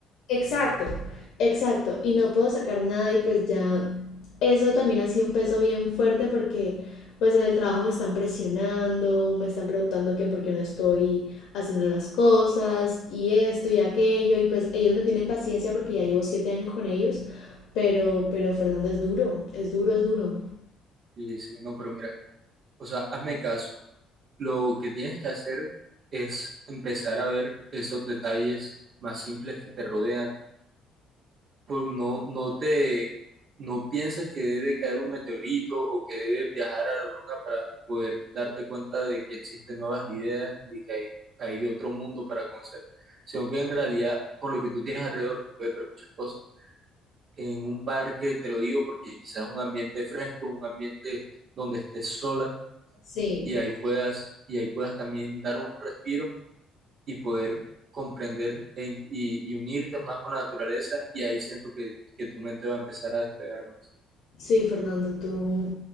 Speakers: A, on the left (about 75°); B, on the right (about 45°).
A: Exacto, exacto. Y no puedo sacar nada y pues ya eso también ha sido un peso bien fuerte porque pues en el trabajo me están presionando, me están preguntando que por qué no estoy haciendo las cosas y esto y aquello y pues ellos me tienen paciencia porque ya llevo siete años con ellos, pero, pero Fernando es duro, es duro, es duro.
B: Sí, sí, no, pero mira, o sea, hazme caso. Lo que tienes que hacer es empezar a ver esos detalles más simples que te rodean. Pues no, no te, no pienses que debe caer un meteorito o que debes viajar a la luna para poder darte cuenta de que existen nuevas ideas y que hay, hay otro mundo para conocer, sino que en realidad con lo que tú tienes alrededor tú puedes ver muchas cosas. En un parque, te lo digo porque quizás un ambiente fresco, un ambiente donde estés sola
A: Sí,
B: y ahí puedas, y ahí puedas también dar un respiro y poder comprender e in- y, y unirte más con la naturaleza y ahí siento que, que tu mente va a empezar a despegar más.
A: Sí, Fernando, tú,